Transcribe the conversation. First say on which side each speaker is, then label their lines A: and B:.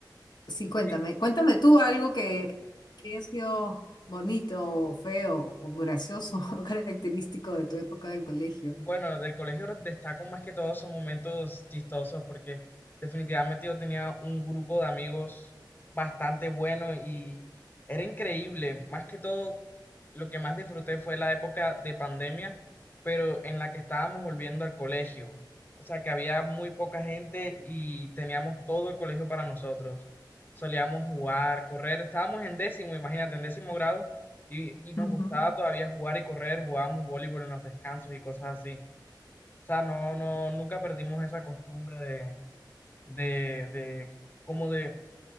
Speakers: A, on the left; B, on the left.
A: sí, cuéntame,
B: mi-
A: cuéntame tú algo que, que ha sido bonito, o feo, o gracioso, <laughs> o característico de tu época del colegio.
B: Bueno, del colegio destaco más que todo son momentos chistosos porque definitivamente yo tenía un grupo de amigos bastante bueno y era increíble. Más que todo, lo que más disfruté fue la época de pandemia, pero en la que estábamos volviendo al colegio. O sea que había muy poca gente y teníamos todo el colegio para nosotros. Solíamos jugar, correr, estábamos en décimo, imagínate, en décimo grado y, y nos
A: Ujú.
B: gustaba todavía jugar y correr, jugábamos voleibol en los descansos y cosas así. O sea, no, no, nunca perdimos esa costumbre de, de, de, como de,